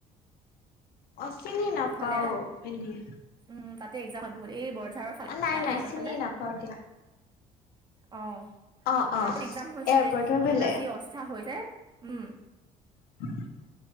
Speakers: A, on the left; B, on the right.
A: অ', চিনি নাপাও
B: ইফালে আছে,
A: এনেই
B: উম, তাতে একজাম হয় বহুত এই বৰঝাৰৰ ফালে
A: নাই
B: এয়াৰপৰ্টৰ
A: নাই চিনি
B: ফালে
A: নাপাও দিয়া
B: অ,
A: অ
B: তাতে
A: অ
B: একজাম হৈছিলে
A: এয়াৰপৰ্টৰ
B: স, সেইদিনা
A: ফালে
B: যি অস্থা হৈছে উম,
A: <unintelligible>